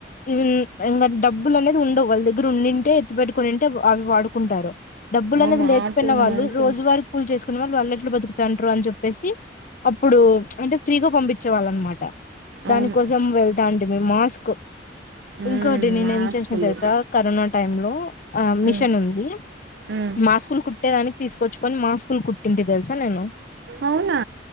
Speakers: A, on the left (about 45°); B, on the right (about 65°).
A: మ్మ్ ఇంగ డబ్బులు అనేది ఉండవు వాళ్ళ దగ్గర ఉండింటే ఎత్తి పెట్టుకునింటే అవి వాడుకుంటారు డబ్బులు
B: అవును
A: అనేది లేకపోయిన
B: ఆ టూ
A: వాళ్ళు
B: మంత్స్
A: రోజువారి కూలీ చేసుకునే వాళ్ళు వాళ్ళే ట్ల బతుకుతంటారు అని చెప్పేసి అప్పుడు అంటే ఫ్రీగా పంపించే వాళ్ళ అనమాట దానికోసం
B: అవును
A: వెళ్తాంటిమి మాస్క్
B: ఉమ్
A: ఇంకోటి నేను
B: మాస్కులు
A: ఏం చేసినా తెలుసా కరోనా టైమ్ లో ఆ మిషన్
B: ఉమ్
A: ఉంది
B: ఉమ్
A: మాస్కులు కుట్టేదానికి తీసుకొచ్చుకొని మాస్కులు కుట్టింటి తెలుసా నేను
B: అవునా